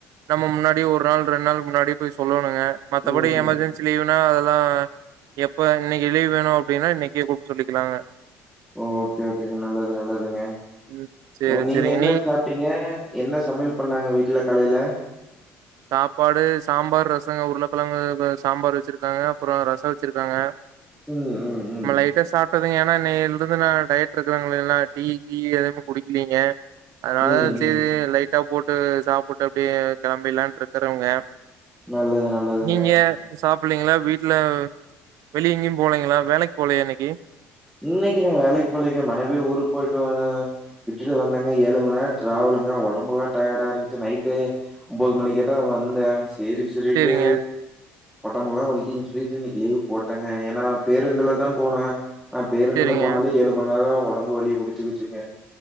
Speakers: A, on the right; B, in the centre.
A: நம்ம முன்னாடி ஒரு நாள் ரெண்டு நாள் முன்னாடி போயி சொல்லணுங்க மத்தபடி
B: ம், ம்.
A: எமர்ஜென் ச்சிலீவுனா அதெல்லா எப்ப இன்னக்கு லீவ் வேணு அப்டின்னா இன்னக்கே கூப்ட்டு சொல்லிக்கலாங்க
B: ஓகே ஓகேங்க நல்லது நல்லதுங்க
A: ம் சேரி
B: ஒ நீங்க
A: சேரிங்க
B: என்ன சாப்ட்டீங்க என்ன சமையல் பண்ணாங்க வீட்ல காலைல
A: சாப்பாடு சாம்பார் ரசங்க உருளக்கெழங்கு வ சாம்பார் வச்சிருக்காங்க அப்பறோ ரசோ வச்சிருக்காங்க
B: ம், ம், ம்.
A: நம்ம லட்டா சாப்ட்டத் ங்க ஏன்னா இன்னேல்ருந்து நா டயட் இருக்கிறங்கள எல்லா டீ கீ எதுமே குடிக்கலீங்க அதனாலா
B: ம்,
A: சேரி
B: ம்.
A: லைட்டா போட்டு சாப்ட்டு அப்டியே கெளம்பிலான்ட்ருக்கறங்க
B: நல்லது, நல்லதுங்க.
A: நீங்க சாப் பிள்ளைங்ளா வீட்ல வெளிய எங்கேயு போலைங்ளா வேலைக்கு போலயா இன்னிக்கி
B: இன்னிக்கு நா வேலைக்கு போலைங்க மனைவியு ஊருக்கு போயிட்டு வர விட்டுட்டு வந்தங்க ஏழு மணி நேர டிராவலுங்க ஒடம்பெலா டயர்டா இருந்துச்சு நைட்டு ஒம்போது மணிக்காட்டதா வந்தே சேரி சொல்லிட்டு
A: சேரிங்க
B: ஒடம்பெல்லா வலிக்குதுன்னு சொல்லிட்டு இன்னிக்கு லீவ் போட்டங்க ஏனா பேருந்துலதா போனே ஆ பேருந்துல
A: சேரிங்க
B: போனாலே ஏழு மண் நேர ஒடம்பு வலி புடிச்சிக்கிச்சுங்க